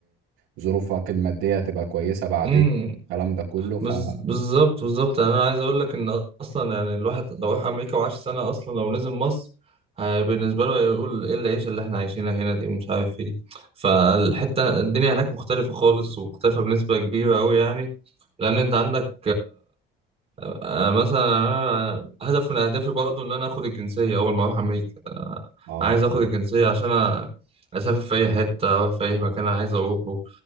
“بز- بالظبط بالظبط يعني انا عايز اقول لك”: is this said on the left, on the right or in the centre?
Right